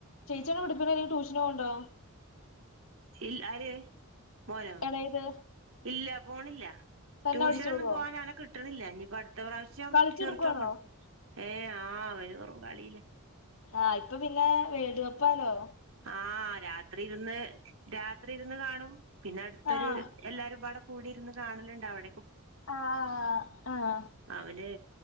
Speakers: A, on the left; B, on the right.
A: ചേച്ചിയാണ് പിടിപ്പ അല്ലെങ്കിൽ ട്യൂഷന് കൊണ്ടോ
B: ഇ ആര് മോനോ
A: എളയത്
B: ഇല്ല പോണില്ല
A: തന്നെ
B: ട്യൂഷനൊന്നും
A: പഠിച്ചോളോ
B: പോവാനൻ അവനെ കിട്ടണില്ല ഇനിയിപ്പ അടുത്ത പ്രാവശ്യം
A: കളിച്ചെടുക്കുവാണോ
B: ചേർത്ത് നോക്കണം ഏഹ് ആഹ് അവന് കുറും കളില്ല
A: ആഹ് ഇപ്പൊ പിന്നെ വേടുകപ്പല്ലോ
B: ആഹ് രാത്രി ഇരുന്ന് രാത്രി ഇരുന്ന് കാണും പിന്നെ അടുത്തൊരു
A: ആഹ്
B: എല്ലാരും അവിടെ കൂടിരുന്ന് കാണലുണ്ട് അവിട
A: ആഹ് ആഹ്
B: അവര്